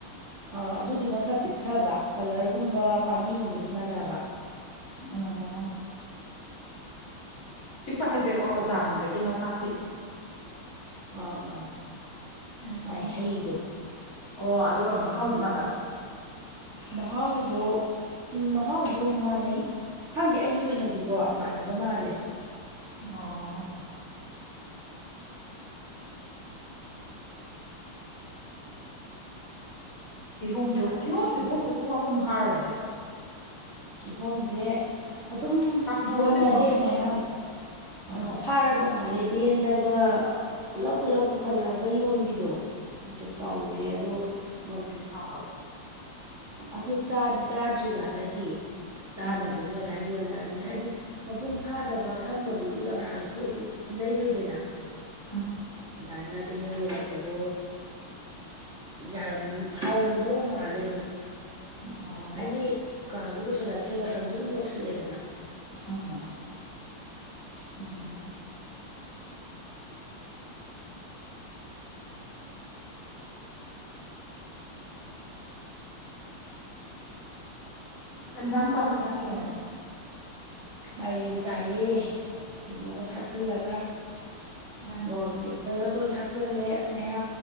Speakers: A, on the right; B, on the left.
A: ꯑꯥ ꯑꯗꯨꯗꯨꯅ ꯈꯔ ꯄꯤꯛꯊꯕ ꯀꯂꯔꯒꯨꯝꯕ ꯄꯥꯝꯕꯤꯒꯨꯝꯕꯗꯤ ꯃꯥꯟꯅꯕ
B: <unintelligible> ꯄꯤꯛꯄ ꯍꯥꯏꯁꯦ ꯑꯣ ꯖꯥꯝꯗꯒꯤ ꯃꯁꯥ ꯄꯤꯛ
A: ꯑꯥ ꯑꯥ
B: ꯑꯣ
A: ꯃꯥꯏ ꯍꯩꯗꯣ
B: ꯑꯣ ꯑꯗꯨꯒ ꯃꯍꯥꯎꯗꯤ ꯃꯥꯟꯅꯕ꯭ꯔꯥ
A: ꯃꯍꯥꯎꯗꯣ ꯎꯝ ꯃꯍꯥꯎꯗꯣ ꯃꯥꯟꯅꯩ ꯈꯪꯗꯦ ꯑꯩꯒꯤ ꯑꯣꯏꯅꯗꯤꯀꯣ ꯃꯥꯟꯅꯕ ꯃꯥꯜꯂꯦ
B: ꯑꯣ ꯀꯤꯍꯣꯝꯗꯨ ꯀꯤꯍꯣꯝꯁꯤꯕꯨ ꯍꯧꯖꯤꯛꯄꯨ ꯃꯄꯨꯡ ꯐꯥꯔꯕꯅꯦ
A: ꯀꯤꯍꯣꯝꯖꯦ ꯑꯗꯨꯝ
B: ꯀꯥꯡ ꯌꯧꯔꯗꯤ
A: ꯌꯣꯟꯅꯔꯦ
B: ꯑꯗꯨꯝ ꯃꯄꯨꯡ
A: ꯃꯌꯥꯝ
B: ꯐꯥꯅ ꯎꯝ
A: ꯑꯥ ꯐꯥꯔꯕ ꯃꯥꯜꯂꯦ ꯕꯦꯟꯗ ꯒꯥ ꯄꯨꯂꯞ ꯄꯨꯂꯞ ꯄꯨꯈꯠꯂꯛꯑꯒ ꯌꯣꯟꯕꯤꯗꯣ ꯑꯗꯨ ꯇꯧꯔꯦ ꯑꯗꯣ ꯃꯣꯏ
B: ꯍꯥꯎ
A: ꯑꯗꯨ ꯆꯥꯗꯤ ꯆꯥꯗ꯭ꯔꯤꯕ ꯍꯟꯗꯛꯀꯤ ꯆꯥꯗꯕꯗꯨ
B: ꯎꯝ
A: ꯃꯣꯏ ꯗꯥꯏ ꯌꯣꯟꯅꯔꯝꯅꯤ ꯍꯥꯏꯗꯤ ꯃꯄꯨꯡ ꯐꯥꯗꯕ ꯁꯪꯕꯗꯨꯗꯤ ꯀꯅꯥꯅꯁꯨ ꯑꯗꯨ ꯂꯩꯔꯣꯏꯗꯅ
B: ꯎꯝ
A: ꯑꯗꯥꯢꯅ ꯑꯗꯨ ꯃꯣꯏ ꯌꯣꯜꯂꯛꯄꯗꯣ ꯌꯥꯔꯝ ꯍꯥꯎꯔꯝꯗꯧꯕ ꯃꯥꯜꯂꯦ ꯑꯗꯨꯝ
B: ꯑꯣ
A: ꯍꯥꯏꯗꯤ ꯀꯥꯡꯁꯨ ꯀꯣꯏꯁꯜꯂꯛꯇ꯭ꯔꯦ ꯃꯇꯝꯁꯨ ꯑꯗꯨꯝ ꯌꯧꯁꯜꯂꯛꯑꯦꯗꯅ
B: <unintelligible> <inaudible> ꯀꯩꯖꯥꯡ ꯆꯥꯒꯦ ꯉꯁꯦ
A: ꯃꯥꯏꯔꯦꯟ ꯆꯥꯏꯌꯦ ꯀꯩꯅꯣꯒ ꯊꯥꯛꯆꯤꯜꯂꯒ
B: ꯉꯔꯥꯡꯗꯣ
A: ꯃꯣꯔꯣꯛꯇꯤ ꯕꯥꯥꯒꯗꯣ ꯊꯥꯛꯆꯜꯂꯦ ꯃꯌꯥ